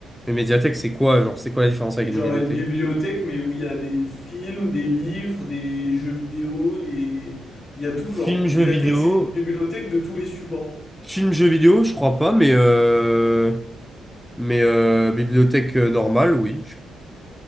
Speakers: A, in the centre; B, on the left.
A: Mais Mediatek c'est quoi, genre, c'est quoi la différence avec
B: C'est genre
A: une bibliothèque?
B: une bibliothèque, mais où il y a des films, des livres, des jeux vidéo, des... Il y a tout
A: Film,
B: genre. Médiathèque,
A: jeu vidéo,
B: c'est une bibliothèque de tous les supports.
A: film, jeu vidéo, je crois pas, mais euh, mais euh, bibliothèque euh, normale, oui. je-